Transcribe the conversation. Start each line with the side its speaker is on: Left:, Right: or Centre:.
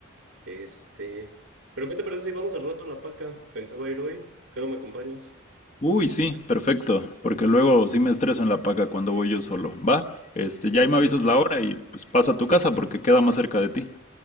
Right: Este. Pero ¿qué te parece si vamos al rato a la paca? Pensaba ir hoy, ¿por qué no me acompañas?
Left: Uy, sí, perfecto, porque luego sí me estreso en la paga cuando voy yo solo. Va, este, ya ahí me
Right: Sí,
Left: avisas la hora y pues pasa a tu casa porque queda más cerca de ti.